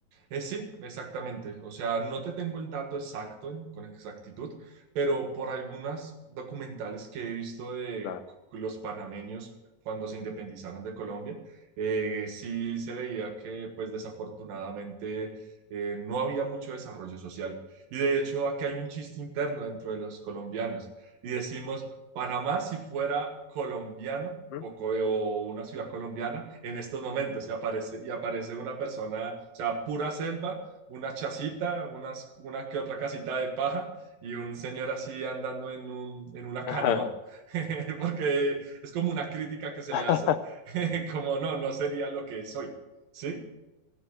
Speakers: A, on the right; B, on the left.
A: Eh, sí, exactamente. O sea, no te tengo el dato exacto en- con exactitud, pero por algunas documentales que he visto de
B: Claro.
A: c- los panameños cuando se independizaron de Colombia, eh, sí se veía que, pues desafortunadamente, eh, no había mucho desarrollo social. Y de hecho, aquí hay un chiste interno dentro de los colombianos y decimos, Panamá si fuera colombiano
B: ¿Mm?
A: o, co- o una ciudad colombiana en estos momentos y aparece, y aparece una persona, o sea, pura selva, una chacita, unas, una que otra casita de paja y un señor así andando en, un, en una canoa,
B: Ajá.
A: <laughs> porque es como una crítica que se
B: <laughs>
A: le hace, <laughs> como no, no sería lo que soy, ¿sí?